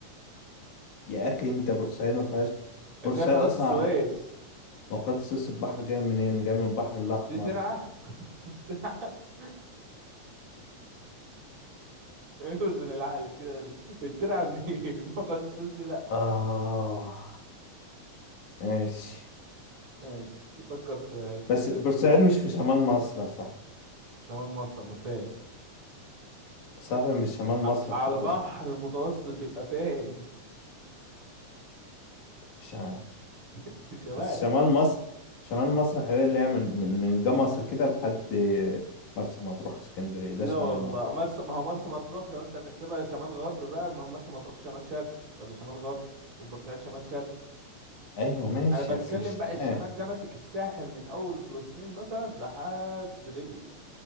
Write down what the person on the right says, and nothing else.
فيها قناة
السويس
دي ترعة <laughs> قناة السويس ترعة <laughs> اوزن العقل كده ال- الترعة النيل <laughs> انما قناة السويس دي لا
<laughs> ماشي يفكر في في
حاجة تانية
شمال مصر ما فيهاش
ع- على
البحر المتوسط يبقى فين
<laughs> شمال
لا
والله
مرسى ما هو مرسى مطروح لو انت هتحسبها شمال غرب بقى ما هو مرسى مطروح شمال شرق ولا شمال غرب وبورسعيد شمال شرق
انا بتكلم
بقى
الشمال ده ماسك الساحل من اول فلسطين مثلا لحد ليبيا